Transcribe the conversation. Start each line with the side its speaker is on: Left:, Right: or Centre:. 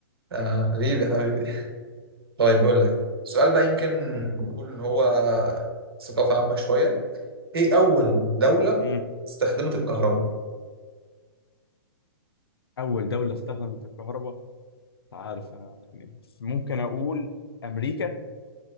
Right: تمام حبيبي حبيبي <laughs> طيب بيقول لك سؤال بقى يمكن نقول ان هو ثقافة عامة شوية ايه اول دولة
Left: مم.
Right: استخدمت الكهرباء
Left: اول دولة استخدمت الكهرباء عارف انا يعني بس ممكن اقول امريكا